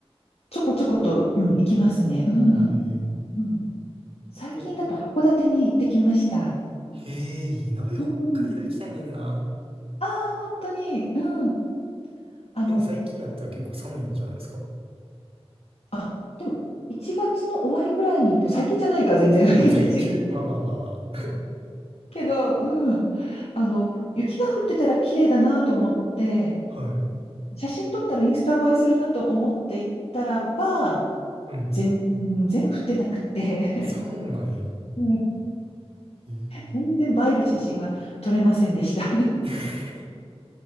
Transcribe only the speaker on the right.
へえ。
え、へえ、いいな。北海道行きたいねんな。
え、最近やったら結構寒いんじゃないですか
あ、最近、
まあまあまあま
あ。はい。
うん。
あ、そうなんや。
へえ
<laughs>